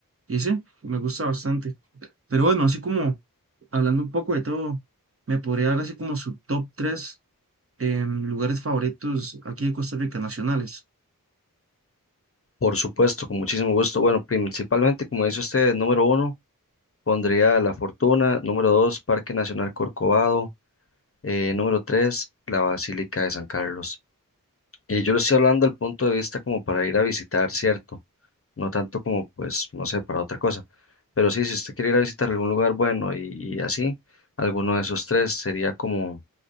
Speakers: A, on the right; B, on the left.
A: Y sí, me gusta bastante. Pero bueno, así como hablando un poco de todo, me podría dar así como su top tres em, lugares favoritos aquí de Costa Rica nacionales.
B: Por supuesto, con muchísimo gusto. Bueno, principalmente, como dice usted, número uno, pondría La Fortuna, número dos, Parque Nacional Corcovado, eh, número tres, la Basílica de San Carlos. Y yo le estoy hablando del punto de vista como para ir a visitar, ¿cierto? No tanto como, pues, no sé, para otra cosa. Pero sí, si usted quiere ir a visitar algún lugar bueno y, y así, alguno de esos tres sería como